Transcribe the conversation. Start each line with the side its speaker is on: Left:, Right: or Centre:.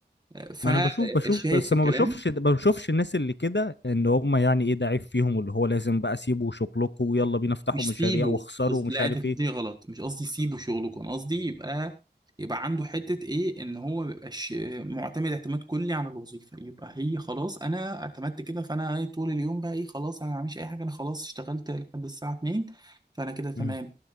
Right: آه، فالشاهد
Left: ما انا بشوف بشوف بس
Right: في
Left: ما
Right: الكلام
Left: بشوفش ما بشوفش الناس اللي كده ان هم يعني ايه ده عيب فيهم اللي هو لازم بقى سيبوا شغلكم ويلا بينا افتحوا
Right: مش
Left: مشاريع
Right: سيبه
Left: واخسروا
Right: بز...
Left: ومش
Right: لا
Left: عارف
Right: انت فهمتني
Left: ايه
Right: غلط مش قصدي سيبه شغلكم انا قصدي يبقى يبقى عنده حتة ايه ان هو ما يبقاش معتمد اعتماد كلي على الوظيفة يبقى هي خلاص انا اعتمدت كده فانا إيه طول اليوم بقى ايه خلاص انا ما بعملش اي حاجة انا خلاص اشتغلت لحد الساعة 2 فانا كده تمام
Left: مم.